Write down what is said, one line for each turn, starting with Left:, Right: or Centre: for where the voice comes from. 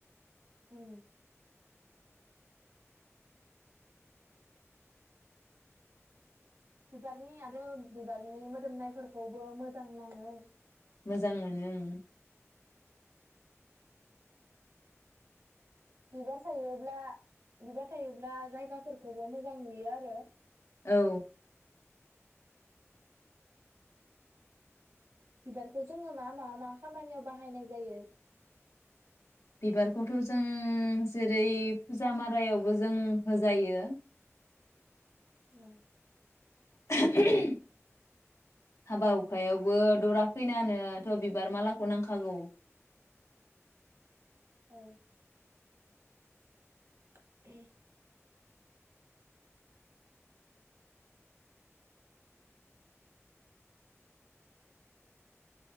Right: उम। बिबारनि आरो बिबारनि मोदोमनायफोरखौबो मोजां नाङो।
Left: मोजां मोनो उम।
Right: बिबार थायो ब्ला बिबार थायोब्ला जायगाफोरखौबो मोजां नुयो आरो।
Left: औ।
Right: बिबारखौ जोङो मा मा मा खामानियाव बाहायनाय जायो?
Left: बिबारखौथ जों जेरै फुजा मारायावबो जों होजायो।
Right: औ।
Left: <unintelligible> हाबा हुखायावबो दरा खैनानोथ बिबार मालाखौ नांखागौ।
Right: ओ <unintelligible>